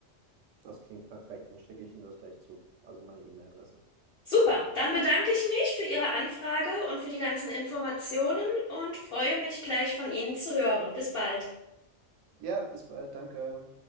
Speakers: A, on the right; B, on the left.
A: Das klingt perfekt, dann schicke ich Ihnen das gleich zu, also meine E-Mail-Adresse.
B: Super, dann bedanke ich mich für Ihre Anfrage und für die ganzen Informationen und freue mich gleich von Ihnen zu hören. Bis bald.
A: Ja, bis bald, danke.